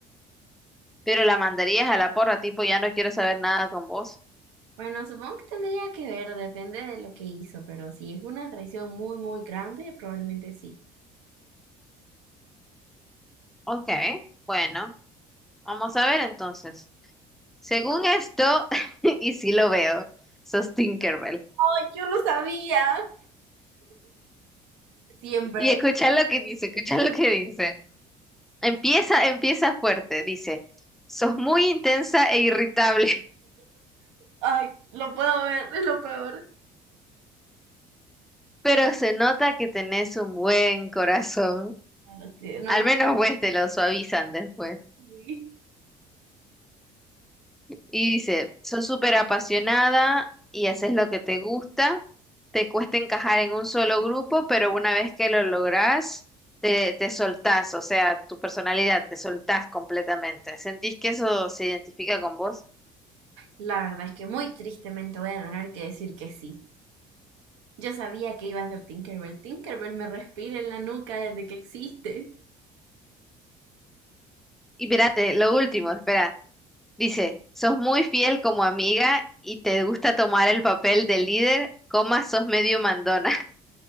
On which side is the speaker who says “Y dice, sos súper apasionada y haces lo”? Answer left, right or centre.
Centre